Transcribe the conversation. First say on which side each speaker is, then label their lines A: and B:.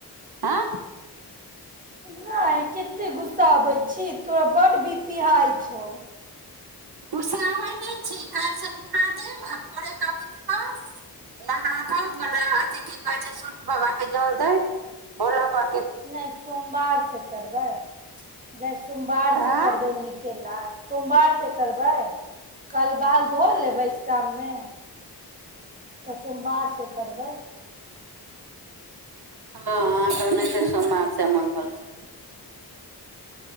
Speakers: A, on the right; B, on the right.
A: हँ
B: नहि कते गुस्साब छै छी तोरा बड बी पी हाई पछौ
A: घुसाबै नहि छी काल्हिसँ उठा देब आ भोरेके उठ कऽ नहा के भोला अथी की कहैत छै सूर्य बाबाके जल देैत भोला बाे
B: नहि सोमवार से करबै नहि सोमवार
A: आँ
B: से करबै नीकेला सोमवार से करबाय कल बाल धो लेबै शाममे सोमवार से करबै
A: हँ अ त नहि छै सोमवार छै मगल छै